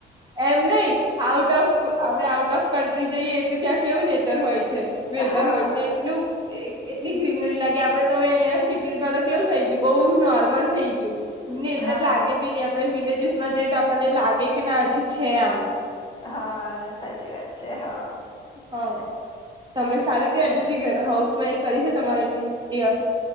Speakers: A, on the right (about 20°); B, on the left (about 25°).
A: એમ નહ આઉટ ઓફ આપણેે આઉટ ઓફ કન્ટ્રી જઈએ તો ત્યાં કેવું નેચર હોય છે. વેધર
B: હા
A: હોય છે, એટલુ એટલી ગ્રીનરી લાગી આપડે તો અહંયા સિટીઝમાં તો કેવું થઈ ગયું બઉુ નોર્મલ થઈ ગયુ. નેતર
B: હા
A: લાગે બી નઈ આપડે વિલેજીસ માં જઈ તો આપણને લાગે કે ના હજી છે, આમ
B: હા સાચી વાત છે, હા
A: હા તમે સારું કે આજુ બધી હાઉસ માં એક કરી છે, તમારેટલી એ